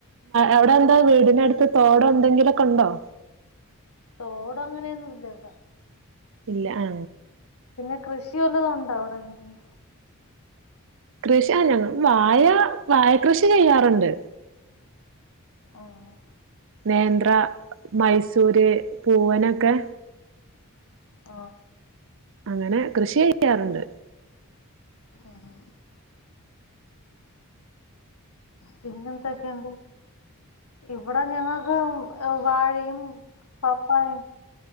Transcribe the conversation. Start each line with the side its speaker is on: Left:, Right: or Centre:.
Right: അവിടെ എന്താ വീടിനടുത്ത് തോടോ എന്തെങ്കിലൊക്കെ ഉണ്ടോ
Left: തോടോ അങ്ങനെയൊന്നും ഇല്ല ഇവിടെ
Right: ഇല്ല ആ
Left: പിന്നെ കൃഷി വല്ലതും ഉണ്ടോ അവിടെ എ
Right: കൃഷിയാ ഞങ്ങൾ വാഴ വാഴ കൃഷി ചെയ്യാറുണ്ട്
Left: ആഹ്
Right: നേന്ത്ര മൈസൂര് പൂവനൊക്കെ
Left: ആ
Right: അങ്ങനെ കൃഷി ചെയ്യാറുണ്ട്
Left: ആഹ് പിന്നെന്തൊക്കെയുണ്ട് ഇവിടെ എന്ന ഞങ്ങക്ക് വാഴയും പപ്പായും